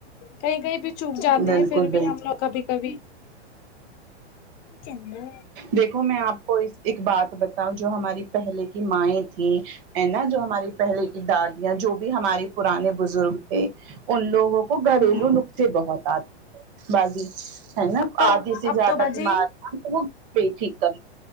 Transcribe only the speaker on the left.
کہیں کہیں بھی چپ جاتے
ہیں پھر
بھی ہم لوگ کبھی کبھی چندا
اب
تو
اب
تو باجی